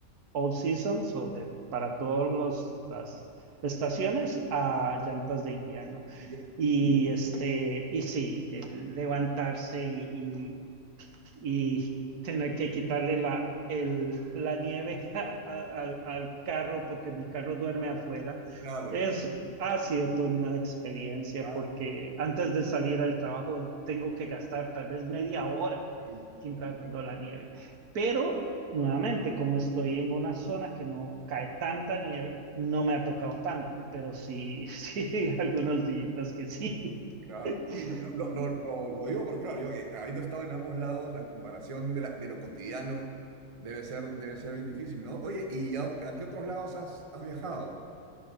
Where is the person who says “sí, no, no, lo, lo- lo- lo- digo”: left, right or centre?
Right